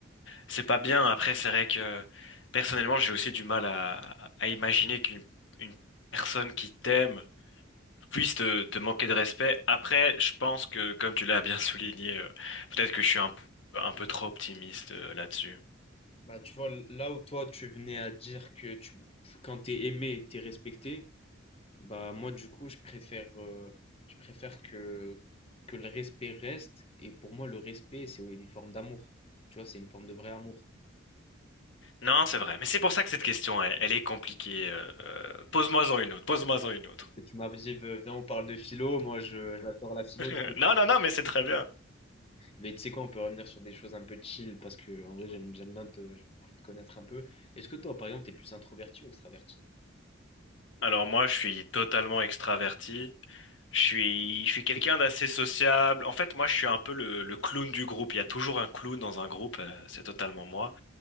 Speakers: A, on the left (about 65°); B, on the left (about 30°).
A: c'est pas bien. Après, c'est vrai que personnellement, j'ai aussi du mal à, à imaginer qu'une une personne qui t'aime puisse te, te manquer de respect. Après, je pense que, comme tu l'as bien <laughs> souligné, euh, peut-être que je suis un, p- un peu trop optimiste euh, là-dessus.
B: Bah, tu vois, là où toi, tu venais à dire que tu, quand t'es aimé, t'es respecté, Bah moi du coup je préfère euh, je préfère que que le respect reste et pour moi le respect c'est une forme d'amour. Tu vois, c'est une forme de vrai amour.
A: Non, c'est vrai. Mais c'est pour ça que cette question, elle, elle est compliquée. euh, euh, pose-moi-en une autre. Pose-moi-en une autre.
B: Parce que tu m'as dit v- viens on parle de philo, moi je j'adore la philo
A: <laughs>
B: du coup.
A: Non, non, non, mais c'est très bien.
B: Mais tu sais quoi, on peut revenir sur des choses un peu chill parce que en vrai j'aime j'aime bien te j'ai envie de connaître un peu. Est-ce que toi par exemple t'es plus introverti ou extraverti?
A: Alors moi, je suis totalement extraverti. Je suis, je suis quelqu'un d'assez sociable. En fait, moi, je suis un peu le, le clown du groupe. Il y a toujours un clown dans un groupe. euh, C'est totalement moi.